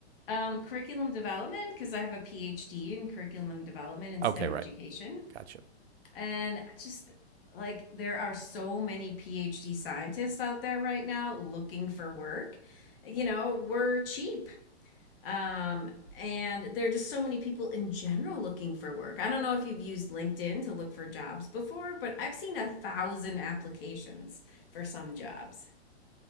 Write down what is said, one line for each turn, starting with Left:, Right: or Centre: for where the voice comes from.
Left: um curriculum development because I have a PhD in curriculum and development in STEM
Right: Okay, right.
Left: education.
Right: Gotcha.
Left: And just like there are so many PhD scientists out there right now looking for work. You know, we're cheap. Um, and there are just so many people in general looking for work. I don't know if you've used LinkedIn to look for jobs before, but I've seen a thousand applications for some jobs.